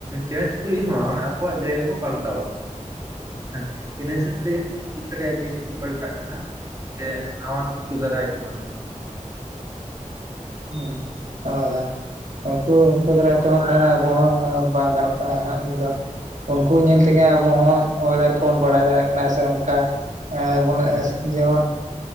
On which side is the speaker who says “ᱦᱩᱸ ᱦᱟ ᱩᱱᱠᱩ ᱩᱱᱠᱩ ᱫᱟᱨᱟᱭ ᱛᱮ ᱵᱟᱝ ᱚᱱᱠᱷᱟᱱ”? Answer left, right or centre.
Right